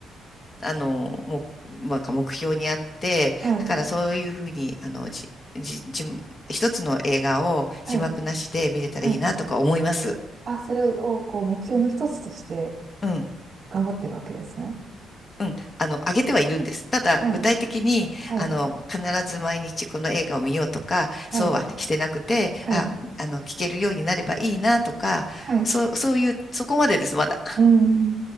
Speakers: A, on the left (about 35°); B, on the right (about 45°).
A: あの、もう、なんか目標にあって、
B: はい。
A: だからそういうふうに、あの、じ、じ、じ、一つの映画を字幕なしで見れたらいいなとか思います。
B: はい。はい。あ、それを、こう、目標の一つとして
A: うん。
B: 頑張ってるわけですね。
A: うん、あの、上げてはいるんです。ただ、
B: はい。
A: 具体的に、
B: はい。
A: あの、必ず毎日この映画を見ようとか、
B: はい。
A: そうはしてなくて、
B: はい。
A: あ、あの、聞けるようになればいいなとか、
B: はい。はい
A: そう、そういう、そこまでです、まだ。
B: うん。